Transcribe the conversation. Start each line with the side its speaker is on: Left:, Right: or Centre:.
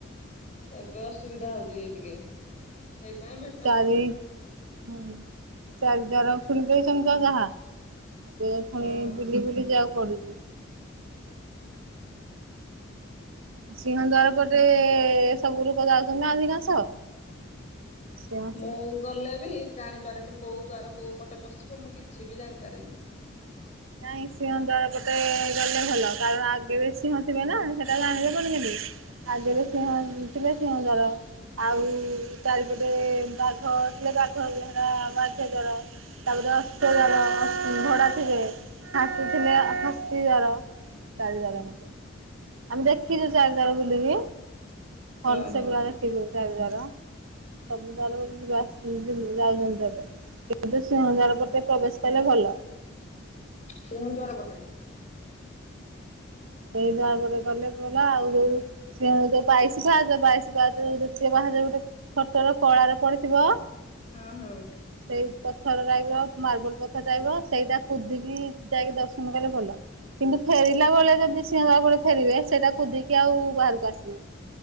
Left: ଏବେ ଅସୁବିଧା ହଉଚି ଟିକେ ସେଇ ପାଇଁ ଭି
Right: ଚାରି ହୁଁ ଚାରି ଦ୍ଵାର ଖୁଲି ଦେଇଛନ୍ତି ଯାହା ଏବେ ଫୁଣି
Left: ହଁ
Right: ବୁଲି ବୁଲି ଯିବାକୁ ପଡୁଛିୁ। ସିଂହଦ୍ଵାର ପଟେ ସବୁ ଲୁକ ଯାଉଚନ୍ତି ନାଁ ଅଧିକାଂଶ ସିଂହ
Left: ମୁଁ ଗଲେ ବି ଜାଣିପାରେନି କୋଉ ଦ୍ଵାର କୋଉ ପଟେ ପସିବି ମୁଁ କିଛି ବି ଜାଣିପାରେନି।
Right: ନାଇଁ ସିଂହ ଦ୍ଵାର ପଟେ ଗଲେ ଭଲ କାରଣ ଆଗେ ରେ ସିଂହଥିବ ନା ସେଟା ଜାଣିହବନି କେମତି। ଆଗରେ ସିଂହ ଥିଲେ ସିଂହଦ୍ଵାର ଆଉ ଚାରିପଟେ ବାଘ ଥିଲେ ବାଘ ହେଟା ବାଘ ଦ୍ବାର। ତାପରେ ଅସ୍ତ ଦ୍ବାର ଅ ଘୋଡା ଥିବେ। ହାସି ଥିଲେ ହାସି ଦ୍ବାର ଚାରିଦ୍ବାର ଏମିତି। ଆମେ ଦେଖିଛୁ ଚାରିଦ୍ବାର ବୁଲିକି
Left: ହଁ
Right: ହଲସେ ପୁରା ଦେଖିଛୁ। ଚାରି ଦାର ସବୁ ଦର ବୋଲି ଯିବା ଯାଉଛନ୍ତି ଏବେ। କିନ୍ତୁ ସିଂହନ୍ଦାର
Left: ହଁ
Right: ପଟେ ପ୍ରବେଶ କଲେ ଭଲ।
Left: ସିଂହ ଦ୍ୱାର ପଟେ। ହଁ
Right: ସେଇ ଦ୍ୱାର ପଟେ ଗଲେ ପରା ଆଉ ଯୋଉ ସେ ଯୋଉ ବାଇଶି ପାହାଚ ବାଇଶି ପାହାଚ ଦେଖିଥିବେ ବାହାରେ ଗୋଟେ ସର୍ତ ରେ କଳାରେ ପଡିଥିବ।
Left: ହଁ ହଁ।
Right: ସେଇ ପଥର ରହିବ ମାର୍ବଲ ପଥର ରହିବ। ସେଇଟା କୁଦିକି ଯାଇକି ଦର୍ଶନ କଲେ ଭଲ। କିନ୍ତୁ ଫେରିଲା ବେଳେ ଯଦି ସିଂହ ଦ୍ୱାର ପଟେ ଫେରିବେ। ସେଇଟା କଦିକି ଆଉ ବାହାରକୁ ଆସିବେ।